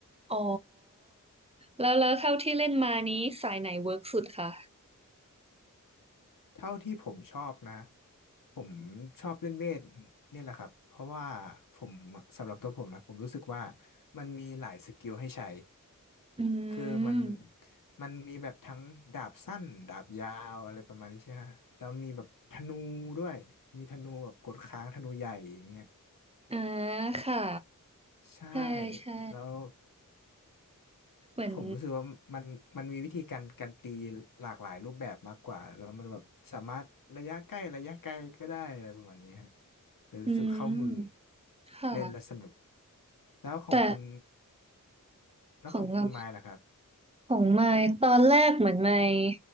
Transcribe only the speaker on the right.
อ๋อแล้วแล้วเท่าที่เล่นมานี้สายไหนเวิร์กสุดคะ
อื
ม
อ่าค่ะ
ใช่ใช่
เหมือน
อืมค่ะ
แต่
ของเรา ของไมค์ตอนแรกเหมือนไมค์